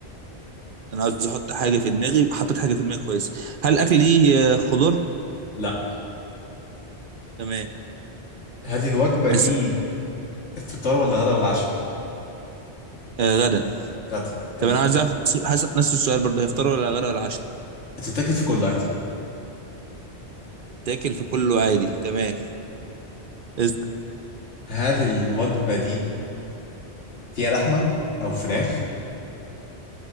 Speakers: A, on the right; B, on the left.
A: انا عاوز احط حاجه في دماغي حطيت حاجه في دماغي كويس هل الاكل ليه آه، خضار
B: لا
A: تمام
B: هل الوجبه دي
A: اسأل
B: فطار ولا غدا ولا عشاء
A: آه غدا
B: غدا حلو
A: طب انا عايز اعرف نفس- هسأل نفس السؤال برضه هيفطروا ولا غدا ولا عشاء
B: تتاكل في كل وقت
A: تاكل في كله عادي تمام اسأل.
B: هل الوجبه دي فيها لحمه او فراخ